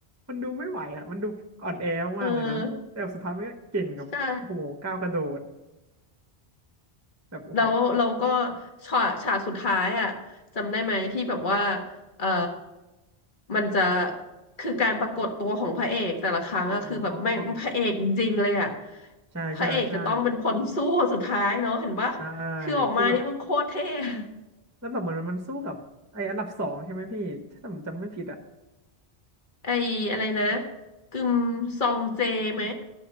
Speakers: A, on the right; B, on the left.
A: มันดูไม่ไหวอ่ะมันดูอ่อนแอมากๆเลยนะแต่แบบสุดท้ายมันก็เก่งกับโอ้โหก้าวกระโดด
B: เออใช่
A: แบบโอ้โห
B: แล้วเราก็ฉากฉากสุดท้ายอ่ะจำได้ไหมที่แบบว่าเออมันจะคือการปรากฏตัวของพระเอกแต่ละครั้งอะคือแบบแม่งพระเอกจริงๆเลยอะ
A: อ๋อใช่ใช่ใช่
B: พระเอกจะต้องเป็นคนสู้คนสุดท้ายเนาะเห็นปะ
A: ใช่
B: คือออกมานี่มันโคตรเท่อะ
A: คือแบบแล้วแบบเหมือนมันสู้กับไออันดับสองใช่ไหมพี่ถ้าผมจำไม่ผิดอ่ะ
B: ไออะไรนะกึมซองเจไหม